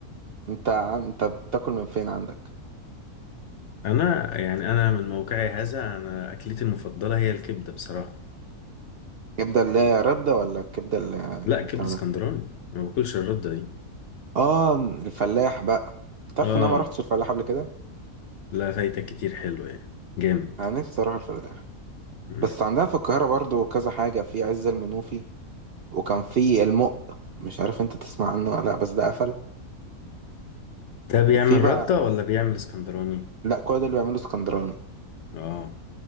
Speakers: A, on the right (about 60°); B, on the left (about 65°).
A: انت عن... انت بتاكل من فين عندك
B: انا يعني انا من موقعي هذا انا اكلتي المفضله هي الكبده بصراحه
A: كبده اللي هي رده ولا الكبده اللي
B: لا
A: بتاع
B: كبده اسكندراني
A: ده
B: ما باكلش الرده دي
A: اه الفلاح بقى تعرف
B: اه
A: ان انا ما رحتش الفلاح قبل كده
B: لا فايتك كتير حلو ايه جامد
A: انا نفسي اروح الفلاح
B: مم.
A: بس عندنا في القاهره برضو كذا حاجه في عز المنوفي وكان في المق مش عارف انت تسمع عنه ولا لا بس ده قفل
B: ده بيعمل
A: وفي بقى
B: رده ولا بيعمل اسكندراني
A: لا كل دول بيعملوا اسكندراني
B: اه